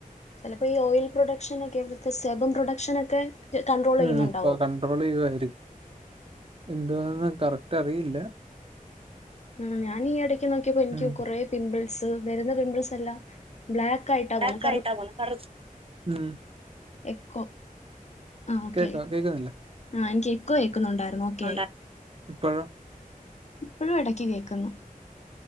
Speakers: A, on the left; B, on the right.
A: ചിലപ്പോ ഈ ഓയിൽ പ്രൊഡക്ഷൻ ഒക്കെ ഇവിടുത്തെ സെബും പ്രൊഡക്ഷനൊക്കെ കൺട്രോൾ
B: ഉം
A: ചെയ്യുന്നുണ്ടാവും
B: അപ്പൊ കണ്ട്രോൾ ചെയ്യു ആയിരി. എന്തുവാന്ന് കറക്റ്റ് അറിയില്ല
A: ഉം ഞാൻ ഈ എടക്ക് നോക്കിയപ്പം എനിക്ക്
B: ഉം.
A: കൊറേ പിംമ്പിൾസ്, വരുന്ന പിമ്പിൾസ് എല്ലാ ബ്ലാക്ക് ആയിട്ട പോവുന്ന
B: ബാക്കായിട്ടാ
A: കറ്
B: പോണെ കറു ഉം.
A: എക്കോ ആഹ് ഓക്കെ
B: കേക്കാ
A: ആയി.
B: കേക്കുന്നില്ലേ?
A: ആഹ് എനിക്ക് എക്കോ കേക്കുന്നുണ്ടായിരുന്നു ഓക്കെ
B: ഉണ്ടാ
A: ആയി
B: ഇപ്പഴോ
A: ഇപ്പഴും എടക്ക് കേക്കുന്നു.